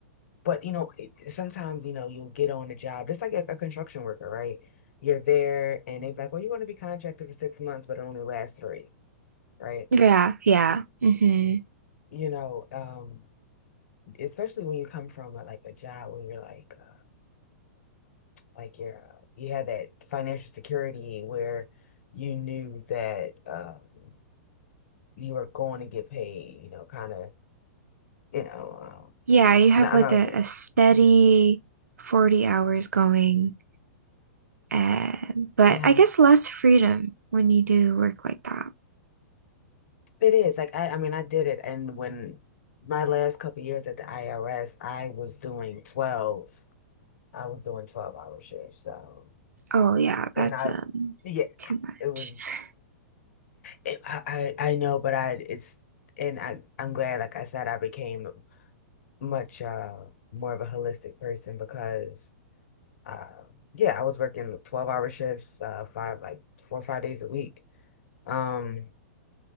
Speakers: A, on the left; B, on the right.
A: but you know, it, sometimes you know you'll get on a job just like a, a construction worker, right? You're there and they're like, "Well, you're going to be contracted for six months, but it only lasts three, right?"
B: Yeah, yeah. hmm
A: You know, um, especially when you come from a, like a job when you're like. uh, like your uh, you had that financial security where you knew that um, you were going to get paid, you know, kind of, you know, um,
B: Yeah, you have
A: no, I'm
B: like
A: not
B: a,
A: saying,
B: a steady
A: yeah,
B: 40 hours going, uh, but
A: Yeah.
B: I guess less freedom when you do work like that.
A: it is like I, I mean, I did it, and when my last couple years at the IRS, I was doing 12, I was doing 12 hour shifts, so
B: Oh yeah,
A: and
B: that's
A: I,
B: um
A: yeah,
B: too much.
A: it was,
B: <laughs>
A: it, I, I I know, but I it's. And I, I'm glad, like I said, I became much uh more of a holistic person because uh yeah, I was working 12-hour shifts, uh five like four or five days a week. Um